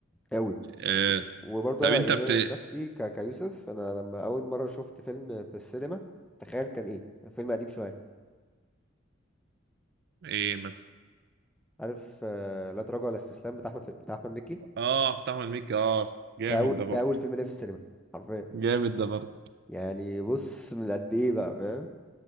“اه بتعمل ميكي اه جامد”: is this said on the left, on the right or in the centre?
Right